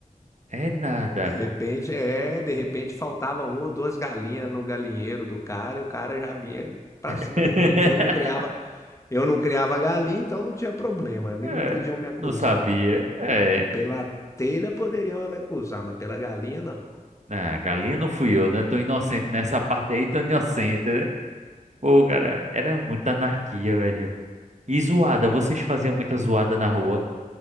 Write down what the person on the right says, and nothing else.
É nada.
<laughs>
É,
não sabia. É.
Ah, galinha não fui eu, né? Tô inocente nessa parte aí, tô inocente, né? Pô, cara, era muita anarquia, velho. E zoada, vocês faziam muita zoada na rua